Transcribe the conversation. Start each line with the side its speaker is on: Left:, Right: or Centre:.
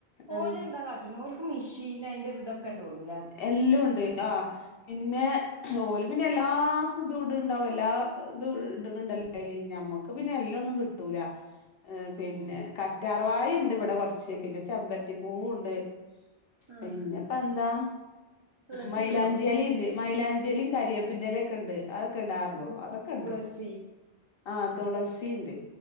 Left: ആഹ്
Right: ഓല എന്താ കാടണ് ഓലുക്ക് മിഷീൻ അയിന്റെ ഇതൊക്കെണ്ടോണല
Left: എല്ലുണ്ട് ആഹ് പിന്നെ ഓല് പിന്നെ എല്ലാ ഇതുടുണ്ടാവു എല്ലാ ഇത് ഇടുണുണ്ടല്ലോ അതില് ഞമ്മക്ക് പിന്നെ എല്ലം ഒന്നും കിട്ടൂല ഏഹ് പിന്നെ
Right: ഉം
Left: കറ്റാർവായ ഉണ്ട് ഇവിടെ കൊറച്ച് പിന്നെ ചെമ്പരത്തിപ്പൂവും ഉണ്ട്
Right: ആഹ്
Left: പിന്നെപ്പ എന്താ
Right: തുളസിയൊക്കെ
Left: മൈലാഞ്ചിലിട്ട്
Right: ഇടോ
Left: മൈലാഞ്ചിലിയും കരിയേപ്പിൻന്റെലിയ ഒക്കെ ഉണ്ട് അതൊക്കെ ഇടാർന്നു
Right: തു
Left: അതൊക്കെ ഉണ്ട്
Right: തുളസി
Left: ആഹ് തുളസിണ്ട്